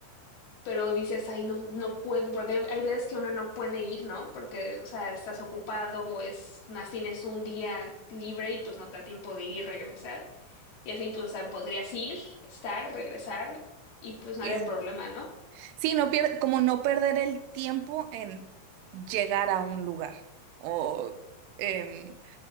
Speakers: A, on the left; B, on the right.
A: pero dices, ay, no, no puedo, porque hay veces que uno no puede ir, ¿no? Porque, o sea, estás ocupado o es, más tienes un día libre y pues no te da tiempo de ir y regresar. Y así, pues, o sea, podrías ir, estar, regresar y pues no
B: Y,
A: había problema, ¿no?
B: sí, no pier- como no perder el tiempo en llegar a un lugar o en